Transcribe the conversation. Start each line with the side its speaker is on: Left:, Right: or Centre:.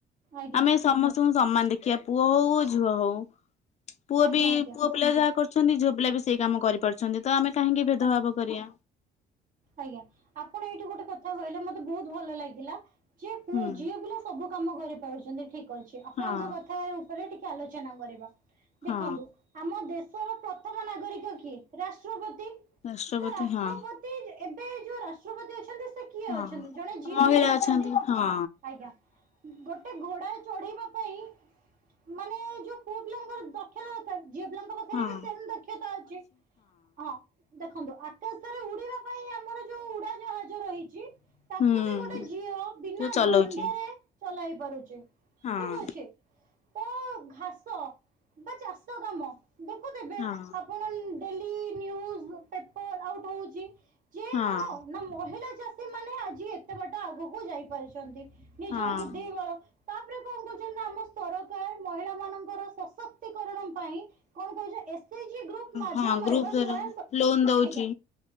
Right: ଆଜ୍ଞା
Left: ଆମେ ସମସ୍ତଙ୍କୁ ସମାନ ଦେଖିବା ପୁଅ ହଉ ଆଉ ଝୁଅ ହଉ। ପୁଅ
Right: ଆଜ୍ଞା
Left: ବି
Right: ଆଜ୍ଞା
Left: ପୁଅ ପିଲା ଯାହା କରୁ ଛନ୍ତି ଝିଅ ପିଲା ବି ସେଇ କାମ କରିପାରୁଛନ୍ତି। ତ ଆମେ କାହିଁକି ଭେଦଭାବ।
Right: ଆଜ୍ଞା
Left: ଜ୍ଞା।
Right: ଆଜ୍ଞା ଆପଣ ଏଇଠି ଗୋଟେ କଥା କହିଲେ ମତେ ବହୁତ ଭଲ ଲାଗିଲା। ଯିଏ ପୁଅ
Left: ହୁଁ
Right: ଝିଅ ପିଲା ସବୁ କାମ କରିପାରୁଛନ୍ତି ଠିକ୍। ଅଛି ଆପଣଙ୍କ
Left: ହଁ
Right: କଥା ଉପରେ ଟିକେ ଆଲୋଚନା କରିବା।
Left: ହଁ
Right: ଦେଖନ୍ତୁ ଆମ ଦେଶ ପ୍ରଥମ ନାଗରିକ କିଏ ରାଷ୍ଟ୍ରପତି।
Left: ରାଷ୍ଟ୍ରପତି
Right: ତ ରାଷ୍ଟ୍ରପତି
Left: ହଁ
Right: ଏବେ ଯୋଉ ରାଷ୍ଟ୍ରପତି ଅ ସେ କିଏ
Left: ହଁ
Right: ଅଛନ୍ତି ଜଣେ ଝିଅ
Left: ମହିଳା
Right: ହିଁ ଅଛନ୍ତି।
Left: ହଁ
Right: ଆଜ୍ଞା ଗୋଟେ ଘୋଡା ଚଢିବ। ପାଇଁ ମାନେ ଯୋଉ ପୁଅ ପିଲାଙ୍କର ଦକ୍ଷତା ଦରକାରେ। ଝିଅ ପିଲାଙ୍କ ପାଖରେ
Left: ହଁ
Right: ବି ସେମ୍ ଦକ୍ଷତା ଅଛି। ହଁ ଦେଖନ୍ତୁ ଆକାଶରେ ଉଡିବା ପାଇଁ ଆମର ଯୋଉ ଉଡା ଜାହାଜ ରହିଛି। ତାକୁ
Left: ହୁଁ
Right: ବି ଗୋଟେ ଝିଅ ବିନା
Left: ଯୋଉ ଚଲଉଛି
Right: ଦ୍ଵନ୍ଦରେ ଚଲାଇ କରୁଛି।
Left: ହଁ
Right: ଠିକ୍ ଅଛି ତ ଘାସ ବା ଚାଷ କାମ ଦେଖୁ ଦେବେ।
Left: ହଁ
Right: ଆପଣ ଡେଲି ନିୟୁଜ୍ ପେପର ଆଉଟ୍ ହଉଛି। ଯେ
Left: ହଁ
Right: କଣ ନା ମହିଳା ଚାଷୀ ମାନେ ଆଜି ଏତେ ବାଟ ଆଗକୁ ଯାଇ ପାରିଛନ୍ତି। ନିଜର
Left: ହଁ
Right: ବୁଦ୍ଧି ବଳ- ତାପରେ କଣ କହୁଛନ୍ତି ଆମ ସରକାର ମହିଳା ମାନଙ୍କର ସଶକ୍ତି କରଣ ପାଇଁ କଣ କହୁଛ ଏସ୍, ଜି, ଗ୍ରୁପ୍ ମାଧ୍ୟମରେ
Left: ହଁ ଗ୍ରୁପ
Right: ବା
Left: ଦ୍ଵାରା
Right: ସ୍ଵୟଂ ସ
Left: ଲୋନ ଦଉଛି
Right: ଆଜ୍ଞା।